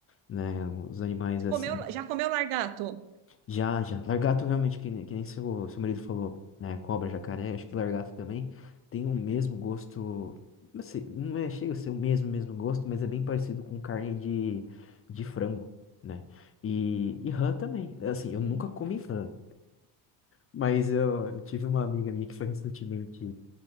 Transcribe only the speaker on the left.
né, os animais
assim
Já, já. Lagarto realmente, que, nem- que nem seu, seu marido falou, né? Cobra, jacaré, acho que lagarto também tem o mesmo gosto. Não sei, não é, chega a ser o mesmo, mesmo gosto, mas é bem parecido com carne de, de frango, né? E, e rã também. Assim, eu
nunca comi rã, mas eu, eu tive uma amiga minha que foi recentemente